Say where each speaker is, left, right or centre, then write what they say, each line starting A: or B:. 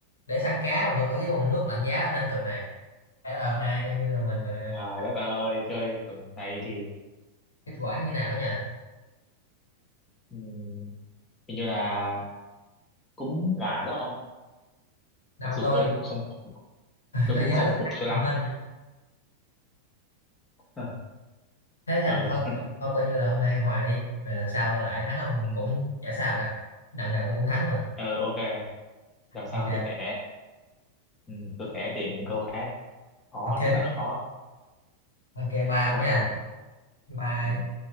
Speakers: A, on the left; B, on the left.
A: để săn cá và mực ở dưới vùng nước lạnh giá ở Nam Cực này thế là hôm nay coi như là mình ờ,
B: trời đất ơi chơi kiểu này thì
A: kết quả như nào nhỉ
B: ừm, hình như là cũng hòa đó ông
A: nào
B: mặc dù
A: tôi
B: tôi cũng không phục
A: <laughs>
B: tôi
A: tôi
B: cũng
A: nhớ
B: không
A: tôi
B: phục
A: thắng
B: cho
A: nhiều
B: lắm
A: hơn
B: Ờ,
A: thế thì em
B: ừ
A: thôi cũng- thôi coi như là hôm nay hòa đi rồi lần sau tao lại thắng ông
B: ừ
A: cũng chả sao cả đằng nào tao cũng thắng mà
B: ừ ok lần sau
A: ok
B: tôi sẽ ừm, tôi sẽ tìm những câu khác khó
A: ok <laughs>
B: thì là khó
A: ok bye
B: bye
A: ông
B: bye
A: nha
B: ông
A: bye
B: Ừ.